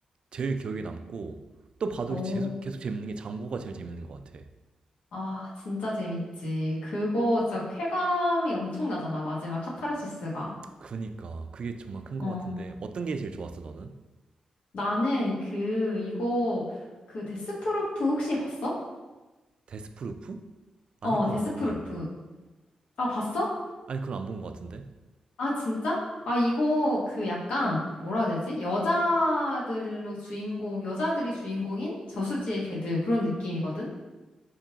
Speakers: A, on the right; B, on the left.
A: 제일 기억에 남고 또 봐도
B: 오,
A: 계속 계속 재밌는 게 장고가 제일 재밌는 것 같아.
B: 아, 진짜 재밌지. 그거 진짜 쾌감이 엄청나잖아. 마지막 카타르시스가.
A: 그니까 그게 정말 큰
B: 어.
A: 것 같은데 어떤 게 제일 좋았어 너는?
B: 나는 그, 이거, 그 데스프루프 혹시 봤어?
A: 데스프루프? 아니
B: 어,
A: 그건
B: 데스프루프.
A: 안 본 것 같아.
B: 아, 봤어?
A: 아니 그건 안 본 것 같은데?
B: 아, 진짜? 아, 이거 그 약간, 뭐라 해야 되지? 여자들로 주인공, 여자들이 주인공인 저수지의 개들 그런 느낌이거든?